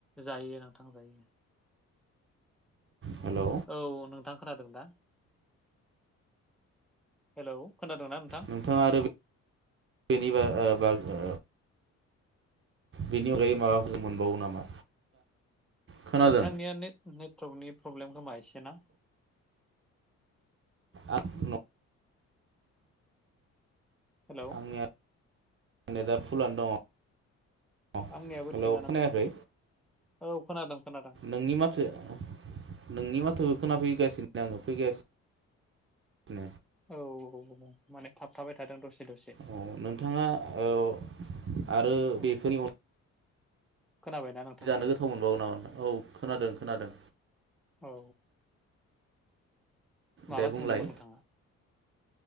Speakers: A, in the centre; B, on the right.
A: जायो नोंथां जायो।
B: हेलौ
A: औ नोंथां खोनादों ना? हेलौ? खोनादोंना नोंथां
B: नोंथाङा आरो बेनिबा ओ बा ओ बेनि अनगायै माबाफोरसो मोनबावो नामा? खोनादों
A: नोंथांनिया ने-नेटवार्कनि प्रब्लेम खोमा एसे ना?
B: आं न
A: हेलौ
B: आंनिया नेटआ फुलानो दङ।
A: आंनियाबो
B: हेल'
A: थिगानोमोन
B: खोनायाखै?
A: नोंथां औ खोनादों खोनादों
B: नोंनि माथो नोंनि माथोखौ खोनाफैगासिन <inaudible> फैगासि
A: औ औ औ माने थाबथाबाय थादों दसे। दसे
B: औ नोंथाङा औ आरो
A: औ
B: बेफोरनि अन
A: खोनाबायना नोंथां
B: जानो
A: दायो
B: गोथाव मोनबावो नामा नों? औ खोनादों खोनादों।
A: औ माबा
B: दे बुंलाय
A: सोंदोंमोन नोंथाङा?